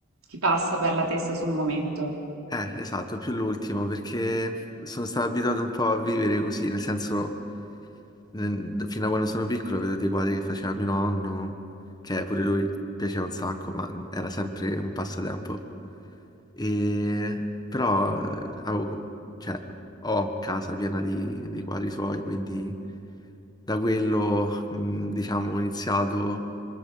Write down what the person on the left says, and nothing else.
Eh, esatto, più l'ultimo, perché sono stato abituato un po' a vivere così, nel senso, nel- fino a quando sono piccolo vedo dei quadri che faceva mio nonno, che pure lui piaceva un sacco, ma era sempre un passatempo. E, però, eh, avevo- cioè, ho casa piena di, di quadri suoi, quindi da quello, mh, diciamo, ho iniziato